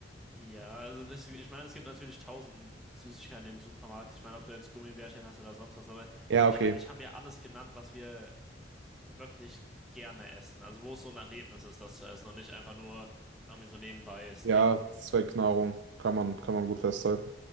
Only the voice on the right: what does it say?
Ja,
okay.
Ja, Zweckknahrung kann man, kann man gut festhalten.